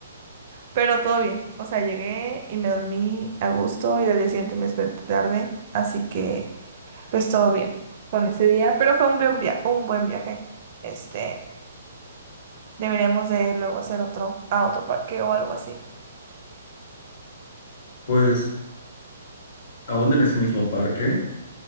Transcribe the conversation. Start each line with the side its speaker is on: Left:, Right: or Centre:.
Right: Pero todo bien. O sea, llegué y me dormí a gusto y al día siguiente me desperté tarde. Así que, pues todo bien con ese día. Pero fue un buen via- un buen viaje. Este, deberíamos de luego hacer otro a otro parque o algo así.
Left: Pues aún en ese mismo parque